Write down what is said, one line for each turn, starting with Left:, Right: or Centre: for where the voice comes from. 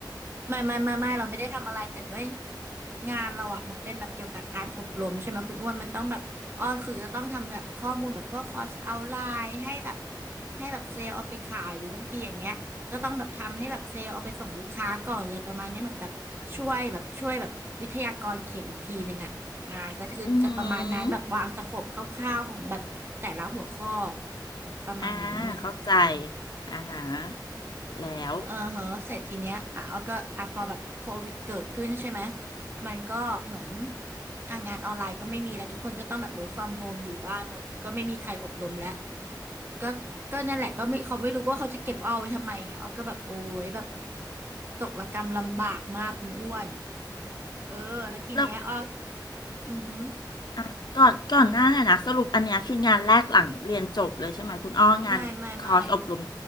Right: ไม่ไม่ไม่ไม่เราไม่ได้ทำอะไรแต่เว้ยงานเราอ่ะมันเป็นแบบเกี่ยวกับการอบรมใช่ไหมคุณอ้วนมันต้องแบบอ๋อคือจะต้องทำแบบข้อมูลแบบพวกคอร์สเอาไลน์ให้แบบให้แบบเซลล์เอาไปขายหรือบางทีอย่างเงี้ยก็ต้องแบบทำให้แบบเซลล์เอาไปส่งลูกค้าก่อนเลยประมาณเนี้ยเหมือนแบบช่วยแบบช่วยแบบวิทยากรเขียนอีกทีหนึ่งอ่ะอ่าก็คือจะประมาณนั้นแบบวางสโคปคร่าวๆของแบบแต่ละหัวข้อ
Left: <laughs> อือหือ
Right: ประมาณนี้
Left: อ่าเข้าใจอ่าฮะแล้ว
Right: เออเหอะเสร็จทีเนี้ยอ่ะเอาก็อ่ะพอแบบโควิดเกิดขึ้นใช่ไหมมันก็เหมือนอ่ะงานออนไลน์ก็ไม่มีแล้วทุกคนก็ต้องแบบ work from home อยู่บ้านหมดก็ไม่มีใครอบรมแล้วก็ก็นั่นแหละก็ไม่เขาไม่รู้ว่าเขาจะเก็บอ้อไว้ทำไมไงเอาก็แบบโอ้ยแบบตกระกำลำบากมากคุณอ้วนเออแล้วทีเนี้ยอ้อ
Left: แล้ว
Right: อือหือ
Left: อ่ะก่อนก่อนหน้าเนี่ยนะสรุปอันเนี้ยคืองานแรกหลังเรียนจบเลยใช่ไหมคุณอ้องานคอร์สอบรม
Right: ไม่ไม่ไม่